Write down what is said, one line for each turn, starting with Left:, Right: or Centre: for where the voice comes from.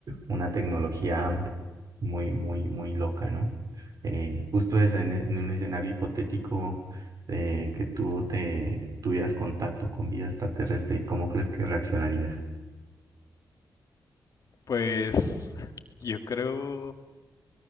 Right: una tecnología muy, muy, muy loca, ¿no? Eh, justo eso, en, e- en un escenario hipotético eh, que tú te tuvieras contacto con vida extraterrestre, ¿cómo crees que reaccionarías?
Left: Pues yo creo,